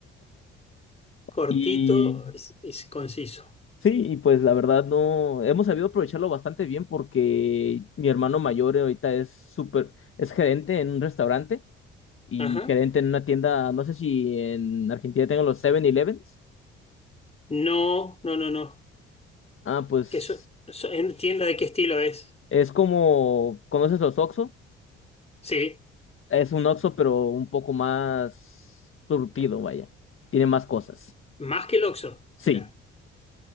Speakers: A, on the left (about 20°); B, on the left (about 40°).
A: cortito,
B: Y
A: es, es conciso.
B: Sí, y pues la verdad no, hemos sabido aprovecharlo bastante bien porque mi hermano mayor ahorita es súper, es gerente en un restaurante y
A: Ajá.
B: gerente en una tienda, no sé si en Argentina tengo los Seven elevens
A: No, no, no, no.
B: Ah, pues
A: Que eso, eso- en tienda de qué estilo es.
B: es como, ¿conoces los Oxxo?
A: Sí,
B: Es un Oxxo pero un poco más surtido, vaya, tiene más cosas.
A: más que el Oxxo.
B: Sí,
A: Mirá,